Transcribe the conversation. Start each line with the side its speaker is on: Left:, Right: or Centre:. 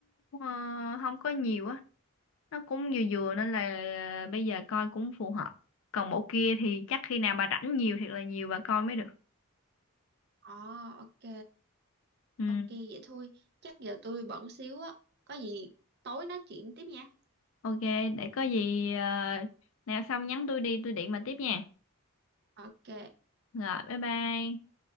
Left: ờ, không có nhiều á nó cũng vừa vừa nên là bây giờ coi cũng phù hợp còn bộ kia thì chắc khi nào bà rảnh nhiều thiệt là nhiều bà coi mới được
Right: Ờ, ok.
Left: Ừ.
Right: Ok vậy thôi. Chắc giờ tôi bận xíu á. Có gì tối nói chuyện tiếp nha.
Left: Ok, để có gì ờ, nào xong nhắn tôi đi, tôi điện bà tiếp nha.
Right: Ok,
Left: Rồi, bye bye.